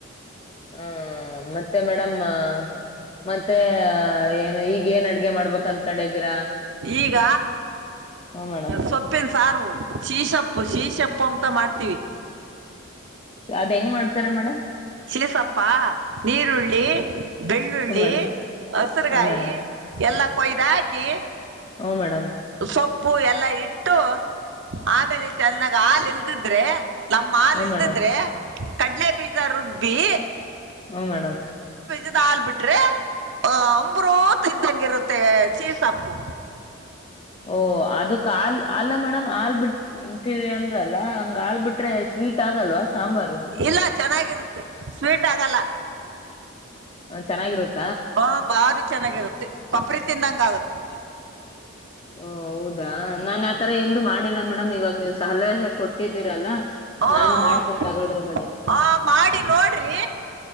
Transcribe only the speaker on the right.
ಈಗ
ಸೊಪ್ಪಿನ ಸಾರು ಶೀಸಪ್ಪು ಶೀಸಪ್ಪು ಅಂತ ಮಾಡ್ತೀವಿ.
ಶಿಸಪ್ಪ ನೀರುಳ್ಳಿ ಬೆಳ್ಳುಳ್ಳಿ
ಹಸ್ರುಗಾಯಿ
ಎಲ್ಲ ಕೊಯ್ದು ಹಾಕಿ
ಸೊಪ್ಪ್ ಪ್ಪೂ ಎಲ್ಲಾ ಇಟ್ಟು ಆಮೇಲೆ ಚೆನ್ನಾಗ ಹಾಲ್ ಇಲ್ದಿದ್ರೆ ನಮ್ಮ್ ಹಾಲ್
ಇಲ್ದಿದ್ರೆ
ಕಡ್ಲೆ ಬೀ ಬ್ಬೀ
ಇದ ಹಾಲ್ ಬಿಟ್ರೆ ಆ ಅಂಬ್ರೂತ ಇದ್ದಂಗ ಇರುತ್ತೆ ಶಿಸಪ್ಪು.
ಇಲ್ಲ ಚೆನ್ನಾಗಿರುತ್ತೆ ಸ್ವೀಟ್ ಆಗಲ್ಲ.
ಹಾ ಭಾರಿ ಚೆನ್ನಾಗಿರುತ್ತೆ ಕೊಪ್ರಿ ತಿಂದಂಗಾಗುತ್ತೆ.
ಹೂ
ಹೂ
ಆ ಮಾಡಿ ನೋಡ್ರಿ